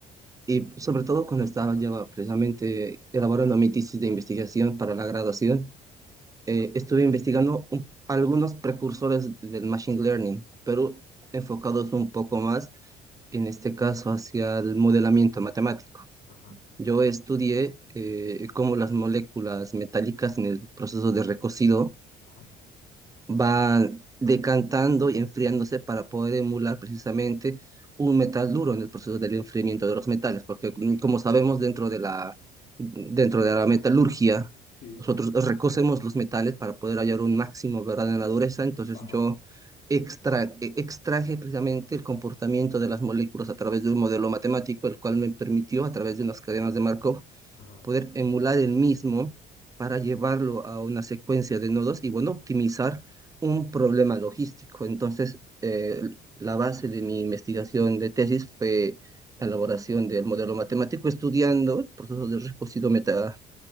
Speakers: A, on the right; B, on the left.
A: y sobre todo cuando estaba yo precisamente elaborando mi tesis de investigación para la graduación,
B: Sí.
A: eh, estuve investigando un- algunos precursores del Machine Learning, pero enfocados un poco más, en este caso, hacia el modelamiento matemático.
B: Ajá,
A: Yo estudié eh, cómo las moléculas metálicas en el proceso de recocido
B: ajá,
A: van decantando y enfriándose para poder emular precisamente un metal duro en el proceso del enfriamiento de los metales, porque mm, como sabemos dentro de la, dentro de la metalurgia,
B: Sí.
A: nosotros recocemos los metales para poder hallar un máximo, ¿verdad?, en la dureza, entonces
B: Ah,
A: yo extra, e- extraje precisamente el comportamiento de las moléculas a través de un modelo matemático, el cual me permitió, a través de unas cadenas de Markov,
B: ajá.
A: poder emular el mismo para llevarlo a una secuencia de nodos y, bueno, optimizar un problema logístico. Entonces, eh, la base de mi investigación de tesis fue la elaboración del modelo matemático estudiando el proceso de reposito meta,